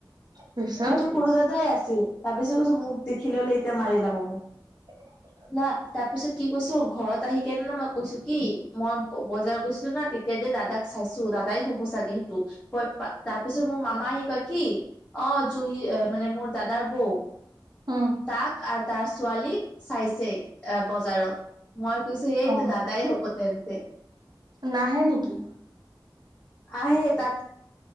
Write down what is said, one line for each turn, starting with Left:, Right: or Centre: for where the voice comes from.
Right: তাৰপিছত
Left: সেইটো সৰু দাদাই আছিল তাৰপিছত কৈছোঁ মোক দেখি ললে এতিয়া মাৰি লাব মোক।
Right: <inaudible>
Left: তাত তাৰপিছত কি কৈছো ঘৰত আহি কেনে ন মই কৈছো কি, মই বজাৰ গৈছিলো না তেতিয়া যে দা দাদাক চাইছো দাদাই হ'ব চাগে সেইটো, ক তাৰপিছত মোৰ মামা আহি কয় কি অঁ ত হি এ মানে মোৰ দাদাৰ বৌ
Right: উম,
Left: তাক আৰু তাৰ ছোৱালীক চাইছেই এ বজাৰত। মই কৈছো এইটো
Right: অ'
Left: দাদাই হ'ব তেন্তে।
Right: নাহে নেকি?
Left: আহে তাত